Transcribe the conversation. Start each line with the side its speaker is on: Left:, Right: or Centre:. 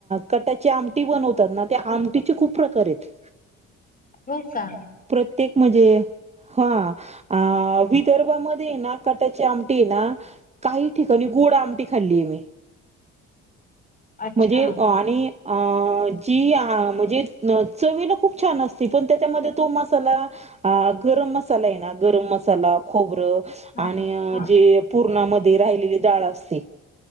Right: कटाची आमटी बनवतात ना त्या आमटीचे खूप प्रकार आहेत
Left: हो काां
Right: प्रत्येक म्हजेय. हा आ विदर्भामध्येय ना कटाची आमटी हे ना काही ठिकाणी गोड आमटी खाल्ली आहे मी.
Left: अच्छा
Right: म्हणे आणि आ जी आ म्हणजे चवीला खूप छान असती, पण त्याच्यामध्ये तो मसाला आ गरम मसाला आहे ना, गरम मसाला. खोबरं
Left: हा
Right: आणि
Left: हा
Right: जे पूर्णामध्ये राहिलेली दाळ असते.